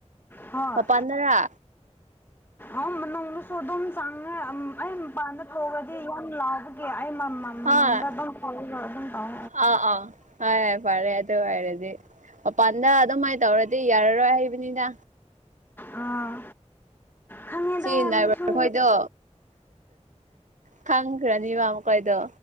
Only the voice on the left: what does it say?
ꯍꯣꯏ
ꯑ ꯅꯣꯡꯃꯁꯨ ꯑꯗꯨꯝ ꯆꯥꯡꯉꯦ ꯑꯩ ꯃꯄꯥꯟꯗ ꯊꯣꯛꯑꯗꯤ ꯌꯥꯝ ꯂꯥꯎꯕꯒꯦ ꯑꯩ ꯃ
ꯅꯨꯅꯨꯡꯗ ꯑꯗꯨꯝ ꯀꯕ ꯑꯗꯨꯝ ꯇꯥꯎ
ꯑꯥ ꯈꯪꯉꯦꯗ
ꯃꯤꯁꯨ